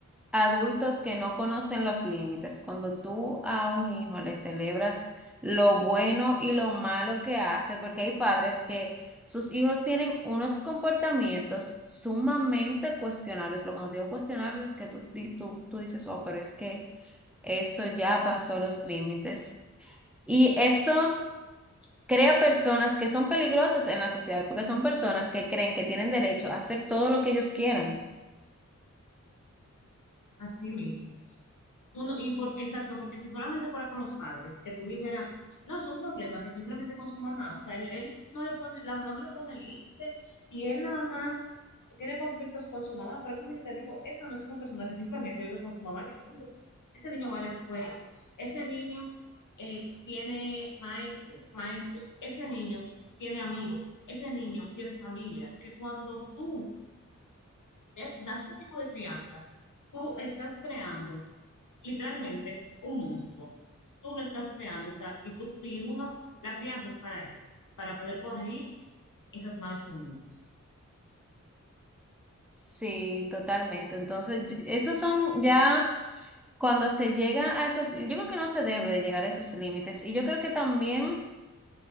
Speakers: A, in the centre; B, on the left.
A: adultos que no conocen los límites. Cuando tú a un hijo le celebras lo bueno y lo malo que hace, porque hay padres que sus hijos tienen unos comportamientos sumamente cuestionables, pero cuando te digo cuestionables es que tú, di- tú, tú dices, oh, pero es que eso ya pasó los límites. Y eso crea personas que son peligrosas en la sociedad, porque son personas que creen que tienen derecho a hacer todo lo que ellos quieran.
B: Así mismo. Uno, y por, exacto, porque si solamente fuera con los padres, que tú dijeras, no, es un problema que simplemente con su mamá, o sea, él, él no le pone, la mamá no le pone límite y él nada más tiene conflictos con su mamá, pero como yo te digo, esa no es una persona que simplemente vive con su mamá en el mundo. Ese niño va a la escuela, ese niño eh, tiene maestres, maestros, ese niño tiene amigos, ese niño tiene familia, que cuando tú des- das ese tipo de crianza, tú estás creando literalmente un monstruo. Tú lo estás creando, o sea, y tú, y uno, la crianza es para eso, para poder corregir esas malas conductas.
A: Sí, totalmente. Entonces, y- esos son ya cuando se llega a esos, yo creo que no se debe de llegar a esos límites. Y yo creo que también